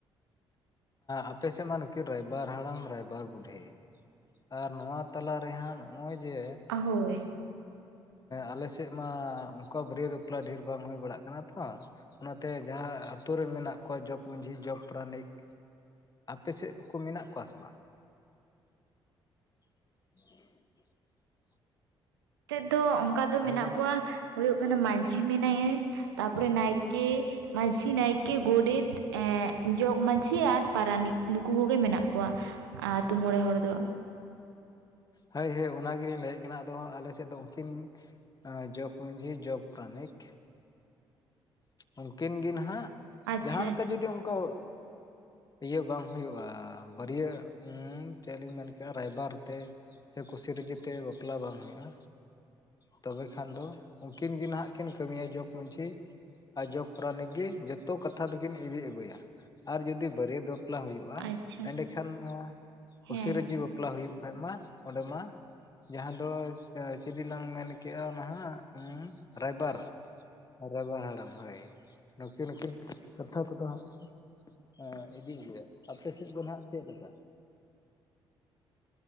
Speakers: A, on the left (about 30°); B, on the right (about 80°).
A: ᱟᱯᱮ ᱥᱮᱫ ᱢᱟ ᱱᱩᱠᱤᱱ ᱨᱟᱭᱵᱟᱨ ᱦᱟᱲᱟᱢ ᱨᱟᱭᱵᱟᱨ ᱵᱩᱰᱷᱤ ᱟᱨ ᱱᱚᱣᱟ ᱛᱟᱞᱟ ᱨᱮ ᱦᱟᱸᱜ ᱱᱚᱜᱼᱚᱭ ᱡᱮ
B: ᱦᱳᱭ
A: ᱟᱞᱮ ᱥᱮᱫ ᱢᱟ ᱚᱱᱠᱟ ᱵᱟᱹᱨᱭᱟᱹᱛ ᱵᱟᱯᱞᱟ ᱰᱷᱮᱨ ᱵᱟᱝ ᱦᱩᱭ ᱵᱟᱲᱟᱜ ᱠᱟᱱᱟ ᱛᱚ ᱚᱱᱟ ᱛᱮ ᱡᱟᱦᱟᱸ ᱟᱹᱛᱩ ᱨᱮ ᱢᱮᱱᱟᱜ ᱠᱚᱣᱟ ᱡᱚᱜᱽ ᱢᱟᱺᱡᱷᱤ ᱡᱚᱜᱽ ᱯᱟᱨᱟᱱᱤᱠ ᱟᱯᱮ ᱥᱮᱫ ᱠᱚ ᱢᱮᱱᱟᱜ ᱠᱚᱣᱟ ᱥᱮ ᱵᱟᱝᱼᱼ <inaudible>
B: ᱛᱮᱫ ᱫᱚ ᱚᱱᱠᱟ ᱫᱚ
A: ᱟᱸᱡᱚᱢ
B: ᱢᱮᱱᱟᱜ ᱠᱚᱣᱟ ᱦᱩᱭᱩᱜ ᱠᱟᱱᱟ ᱢᱟᱹᱡᱷᱤ ᱢᱮᱱᱟᱭᱟ ᱛᱟᱯᱚᱨᱮ ᱱᱟᱭᱠᱮᱼᱼ ᱢᱟᱺᱡᱷᱤ ᱱᱟᱭᱠᱮ ᱜᱚᱰᱮᱛ ᱮ ᱡᱚᱜᱽ ᱢᱟᱺᱡᱷᱤ ᱟᱨ ᱯᱟᱨᱟᱱᱤᱠ ᱱᱩᱠᱩ ᱠᱚ ᱜᱮ ᱢᱮᱱᱟᱜ ᱠᱚᱣᱟ᱾ ᱟᱹᱛᱩ ᱢᱚᱲᱮ ᱦᱚᱲ ᱫᱚ
A: ᱦᱳᱭ ᱦᱳᱭ ᱚᱱᱟ ᱜᱮ ᱞᱤᱧ ᱞᱟᱹᱭ ᱮᱫ ᱠᱟᱱᱟ <unintelligible> ᱟᱫᱚ ᱟᱞᱮ ᱥᱮᱫ ᱫᱚ ᱩᱱᱠᱤᱱ ᱡᱚᱠᱽ ᱢᱟᱺᱡᱷᱤ ᱡᱚᱠᱽ ᱯᱨᱟᱱᱤᱠ ᱩᱱᱠᱤᱱ ᱜᱮ ᱱᱟᱜ
B: ᱟᱪᱪᱷᱟ
A: ᱡᱟᱦᱟᱸ ᱞᱮᱠᱟ
B: ᱟᱪᱪᱷᱟ
A: ᱡᱩᱫᱤ ᱚᱱᱠᱟ᱾ ᱤᱭᱟᱹ ᱵᱟᱝ ᱦᱩᱭᱩᱜᱼᱟ ᱵᱟᱹᱨᱭᱟᱹᱛ ᱪᱮᱫ ᱞᱤᱧ ᱢᱮᱱ ᱠᱮᱜᱼᱟ ᱨᱟᱭᱵᱟᱨ ᱛᱮᱼᱼ ᱥᱮ ᱠᱩᱥᱤ ᱨᱟᱡᱤ ᱛᱮ ᱵᱟᱯᱞᱟ ᱵᱟᱝ ᱦᱩᱭᱩᱜᱼᱟ᱾ <inaudible> ᱛᱚᱵᱮ ᱠᱷᱟᱱ ᱫᱚ ᱩᱱᱠᱤᱱ ᱜᱮ ᱱᱟᱜ ᱠᱤᱱ ᱠᱟᱹᱢᱤᱭᱟ ᱡᱚᱜᱽ ᱢᱟᱺᱡᱷᱤ ᱟᱡ ᱡᱚᱠᱽ ᱯᱨᱟᱱᱤᱠ ᱜᱮ ᱡᱚᱛᱚ ᱠᱟᱛᱷᱟ ᱫᱚ ᱠᱤᱱ ᱤᱫᱤ ᱟᱹᱜᱩᱭᱟ ᱟᱨ ᱡᱩᱫᱤ ᱵᱟᱹᱨᱭᱟᱹᱛ ᱵᱟᱯᱞᱟ ᱦᱩᱭᱩᱜᱼᱟ᱾
B: ᱟᱪᱪᱷᱟ
A: ᱮᱸᱰᱮ ᱠᱷᱟᱱ ᱢᱟ ᱠᱩᱥᱤ
B: ᱦᱮᱸ
A: ᱨᱟᱹᱡᱤ ᱵᱟᱯᱞᱟ ᱦᱩᱭᱩᱜ ᱠᱷᱟᱡ ᱢᱟ᱾ ᱚᱸᱰᱮ ᱢᱟ ᱡᱟᱦᱟᱸ ᱫᱚ ᱪᱤᱞᱤ ᱞᱟᱝ ᱢᱮᱱᱠᱮᱜᱼᱟ ᱱᱟᱦᱟᱜ ᱦᱩᱸ ᱨᱟᱭᱵᱟᱨ ᱨᱟᱭᱵᱟᱨ ᱦᱟᱲᱟᱢ ᱦᱳᱭ ᱱᱩᱠᱤᱱ ᱱᱩᱠᱤᱱ ᱠᱟᱛᱷᱟ ᱠᱚᱫᱚ ᱦᱟᱸᱜᱼᱼ ᱦᱮᱸ ᱤᱫᱤ <unintelligible> ᱟᱯᱮ ᱥᱮᱫ ᱫᱚ ᱱᱟᱜ ᱪᱮᱫ ᱞᱮᱠᱟ᱾